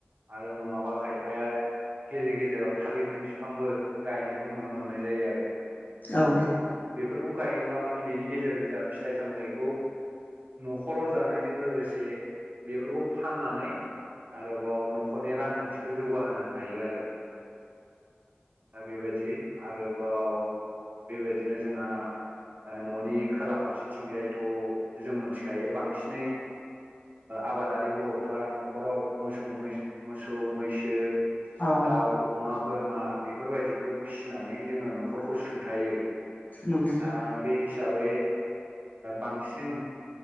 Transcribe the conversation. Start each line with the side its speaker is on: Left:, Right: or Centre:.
Right: आरो नङाबा खायफाया गेजेर गेजेराव थालिरनि बिफांबो गायनायखौ नुनो मोननाय जायो आरो
Left: औ
Right: बेथ' बेफोरखौ गायोब्ला माने बेनि गेजेरजों जोंहा फिथाइ सामथायाइखौ न'खराव जानायजों लोगोसे बेफोरखौ फाननानै आरोबाव न'खरनि रांखान्थिखौ जौगाहोनो हायो आरो दा बेबायदि आरोबाव बेबायदिनो जोंहा न'नि खोला फारसेथिंजायथ' जों मोनथिखायो बांसिनै आबादारि बर'फ्रा न'खराव मोसौ मोसौ मैसो
Left: औ
Right: दाउ अमा बोरमा बेफोरबायदिखौ फिसिनानै जोङो न'खरखौ सुंथायो
Left: नंगौ
Right: दा बे हिसाबै बांसिन